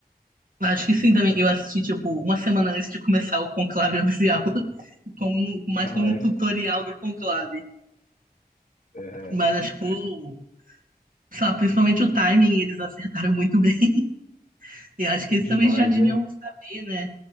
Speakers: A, on the right; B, on the left.
A: Acho que sim também. Eu assisti, tipo, uma semana antes de começar o Conclave oficial. <laughs> Como, mais
B: Ah,
A: como
B: é?
A: um tutorial do Conclave.
B: é
A: Mas, acho, tipo, sabe, principalmente o timing, eles acertaram muito bem. <laughs> Eu acho que eles
B: demais,
A: também já deviam
B: né?
A: saber, né?